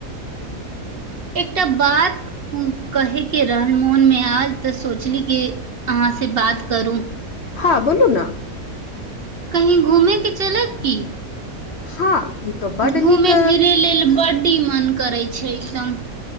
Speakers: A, on the right; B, on the left.
A: एकटा बात कहे केँ रहल मोन मे आयल तऽ सोचली कि अहाँ से बात करू
B: हँ बोलू नऽ
A: कही घूमे केँ चलब की
B: हँ ई तो बड
A: घूमे
B: नीक
A: फिरे लेल बड्डी मन करै छै एकदम